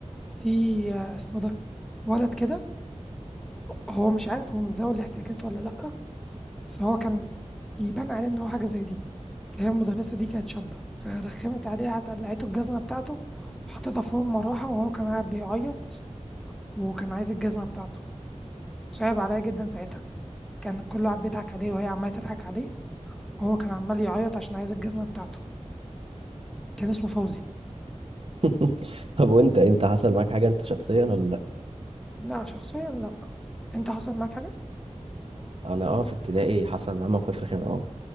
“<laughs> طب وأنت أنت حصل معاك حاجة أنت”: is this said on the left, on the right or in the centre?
Right